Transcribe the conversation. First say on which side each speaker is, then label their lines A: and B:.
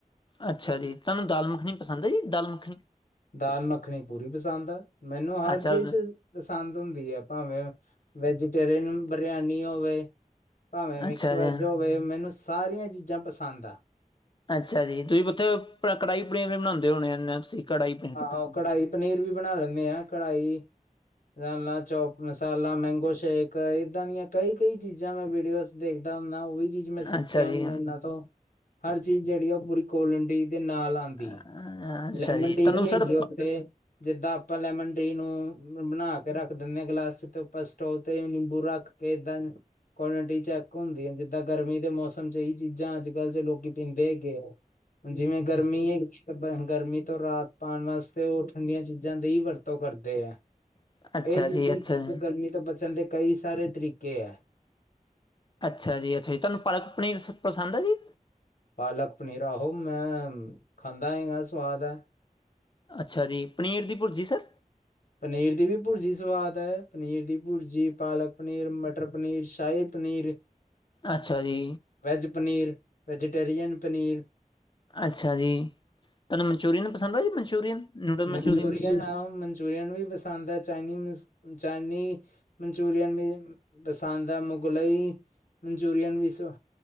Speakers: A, on the left; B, on the left.
A: ਅੱਛਾ ਜੀ ਤੁਹਾਨੂੰ ਦਾਲ ਮੱਖਣੀ ਪਸੰਦ ਹੈ ਜੀ, ਦਾਲ ਮੱਖਣੀ
B: ਦਾਲ ਮੱਖਣੀ ਪੂਰੀ ਪਸੰਦ ਆ, ਮੈਨੂੰ ਹਰ
A: ਅੱਛਾ,
B: ਡਿਸ਼ ਪਸੰਦ ਹੁੰਦੀ ਹੈ। ਭਾਵੇਂ ਵੈਜੀਟੇਰੀਅਨ ਬਰਿਆਨੀ ਹੋਵੇ ਭਾਵੇਂ ਮਿਕਸ
A: ਅੱਛਾ
B: ਵੈਜ
A: ਜੀ।
B: ਹੋਵੇ ਮੈਨੂੰ ਸਾਰੀਆਂ ਚੀਜ਼ਾਂ ਪਸੰਦ ਆ।
A: ਅੱਛਾ ਜੀ ਤੁਸੀਂ ਉੱਥੇ ਕੜਾਈ ਪਨੀਰ ਵੀ ਬਣਾਉਂਦੇ ਹੋਣੇ ਆ ਤੁਸੀਂ ਕੜਾਈ ਪਨੀਰ
B: ਆਹੋ ਕੜਾਹੀ ਪਨੀਰ ਵੀ ਬਣਾ ਲੈਂਦੇ ਹਾਂ, ਕੜਾਹੀ ਰਾ ਚੌਪ ਮਸਾਲਾ ਮੈਂਗੋ ਸ਼ੇਕ ਇਏਦਾਂ ਦੀਆਂ ਕਈ- ਕਈ ਚੀਜ਼ਾਂ ਮੈਂ ਵੀਡੀਓਜ਼ ਦੇਖਦਾ ਹੁੰਦਾ, ਉਹ ਵੀ ਚੀਜ਼ ਮੈਂ ਸਿੱਖੀਆਂ
A: ਅੱਛਾ ਜੀ,
B: ਹੋਈਆਂ ਇਹਨਾਂ ਤੋਂ ਹਰ ਚੀਜ਼ ਜਿਹੜੀ ਆ ਉਹ ਪੂਰੀ ਕੋਲਨਟੀ ਦੇ ਨਾਲ ਆਉਂਦੀ ਹੈ
A: ਅੱਛਾ
B: ਲੈਮਨ
A: ਜੀ,
B: ਟੀ
A: ਤੁਹਾਨੂੰ
B: ਵੀ ਹੇ
A: ਸਰ
B: ਓ ਉਥੇ ਜਿੱਦਾਂ ਆਪਾਂ ਲੈਮਨ ਟੀ ਨੂੰ ਬਣਾ ਕੇ ਰੱਖ ਦਿੰਦੇ ਹਾਂ ਗਲਾਸ ਤੇ ਪਸ਼ਟਹੋ ਤੇ ਨਿੰਬੂ ਰੱਖ ਕੇ ਇੱਦਾਂ ਕੁਆਂਟਿਟੀ ਚੈੱਕ ਹੁੰਦੀ ਆ, ਜਿੱਦਾਂ ਗਰਮੀ ਦੇ ਮੌਸਮ ਚ ਇਹੀ ਚੀਜ਼ਾਂ ਅੱਜ ਅੱਜ ਕੱਲ ਜੇ ਲੋਕੀ ਪੀਂਦੇ ਹੈਗੇ ਆ, ਹੁਣ ਜਿਵੇਂ ਗਰਮੀ ਹੈਗੀ, ਗਰਮੀ ਤੋਂ ਰਾਤ ਪਾਉਣ ਵਾਸਤੇ ਉਹ ਠੰਡੀਆਂ ਚੀਜ਼ਾਂ ਦੀ ਹੀ ਵਰਤੋਂ ਕਰਦੇ ਹੈ।
A: ਅੱਛਾ
B: ਇਹ ਚੀਜ਼ਾਂ
A: ਜੀ, ਅੱਛਾ ਜੀ।
B: ਗਰਮੀ ਬਚਣ ਦੇ ਕਈ ਸਾਰੇ ਤਰੀਕੇ ਹੈ।
A: ਅੱਛਾ ਜੀ, ਅੱਛਾ ਜੀ, ਤੁਹਾਨੂੰ ਪਾਲਕ ਪਨੀਰ ਪਸੰਦ ਹੈ ਜੀ।
B: ਪਾਲਕ ਪਨੀਰ ਆਹੋ ਮੈਂ ਖਾਂਦਾ ਹੈਗਾ ਸਵਾਦ ਹੈ।
A: ਅੱਛਾ ਜੀ ਪਨੀਰ ਦੀ ਭੁਰਜੀ ਸਰ।
B: ਪਨੀਰ ਦੀ ਵੀ ਭੁਰਜੀ ਸਵਾਦ ਹੈ, ਪਨੀਰ ਦੀ ਭੁਰਜੀ, ਪਾਲਕ ਪਨੀਰ, ਮਟਰ ਪਨੀਰ, ਸ਼ਾਹੀ ਪਨੀਰ
A: ਅੱਛਾ ਜੀ
B: ਵੈੱਜ ਪਨੀਰ, ਵੈਜੀਟੇਰੀਅਨ ਪਨੀਰ
A: ਅੱਛਾ ਜੀ, ਤੁਹਾਨੂੰ ਮਨਚੂਰੀਅਨ ਪਸੰਦ ਆ ਜੀ, ਮਨਚੂਰੀਅਨ ਨੂਡਲ ਮਨਚੂਰੀਅਨ
B: ਮਨਚੂਰੀਨ ਅ ਮਨਚੂਰੀਅਨ ਮਨਚੂਰੀਅਨ ਵੀ ਪਸੰਦ ਹੈ, ਚਾਈਨੀਜ਼, ਚਾਈਨੀਜ਼ ਮਨਚੁਰੀਅਨ ਵੀ ਪਸੰਦ ਹੈ, ਮੁਗਲਈ, ਮਨਚੂਰੀਅਨ ਵੀ ਸੌ